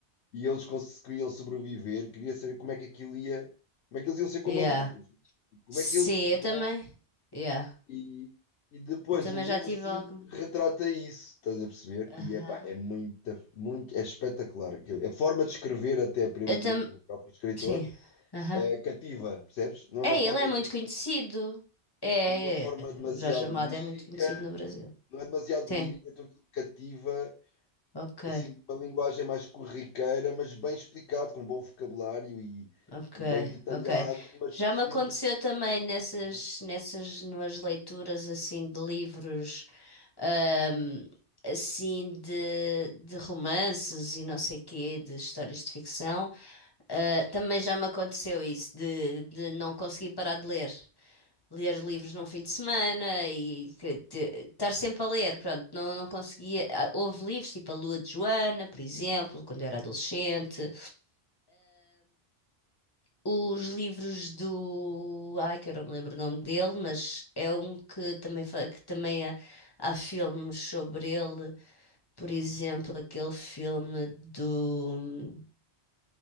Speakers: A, on the left; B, on the left.
A: e eles conseguiam sobreviver. Queria saber como é que aquilo ia, como é que eles iam ser como
B: Yeah.
A: adultos, como
B: Sim,
A: é que eles se
B: eu também.
A: dão.
B: Yeah.
A: E, e depois
B: Eu também
A: o livro
B: já tive
A: sim
B: alguns.
A: retrata isso, estás a perceber?
B: Aham.
A: E epá, é muita, muito, é espetacular aquilo. A forma de escrever, até mesmo
B: Eu também.
A: do próprio escritor,
B: Sim. Aham.
A: eh, cativa, percebes? Não é
B: É,
A: uma forma
B: ele é muito
A: de
B: conhecido. É,
A: não é uma forma
B: é. é.
A: demasiado
B: O Jorge Amado
A: lírica,
B: é muito conhecido no Brasil.
A: não é demasiado
B: Sim,
A: lírica, então aquilo cativa
B: ok.
A: assim, uma linguagem mais corriqueira, mas bem explicado, com bom vocabulário e,
B: Ok,
A: e bem detalhado,
B: ok.
A: mas
B: Já me aconteceu
A: sempre de
B: também
A: forma.
B: nessas,
A: Uhum.
B: nessas, nas leituras assim de livros, ahm, assim de, de romances e não sei quê, de histórias de ficção, ah, também já me aconteceu isso, de, de não conseguir parar de ler. Ler livros num fim de semana e que te- estar sempre a ler, pronto, não, não conseguia. Ah, Houve livros tipo A Lua de Joana, por exemplo, quando eu era adolescente. Os livros do. Ai, que eu não me lembro o nome dele, mas é um que também, fa- que também há, há filmes sobre ele. Por exemplo, aquele filme do.